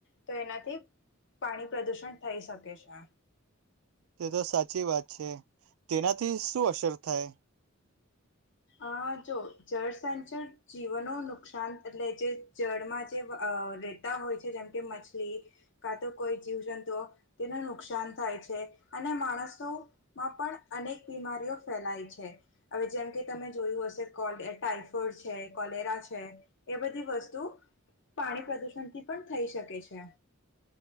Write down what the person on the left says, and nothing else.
તો એનાથી પાણી પ્રદુષણ થઈ શકે છે.
અ જો જળ સંંચળ જીવનો નુકસાન એટલે જે જળમાં જે રહેેતા હોય છે જેમ કે મછલી કા તો કોઈ જીવજંતુઓ તેને નુકસાન થાય છે અને માણસોમાં પણ અનેક બીમારીઓ ફેલાય છે હવે જેમ. તમે જોયું હશે ટાઈફોઈડ છે કોલેરા છે એ બધી વસ્તુ પાણી પ્રદુષણથી પણ થઈ શકે છે.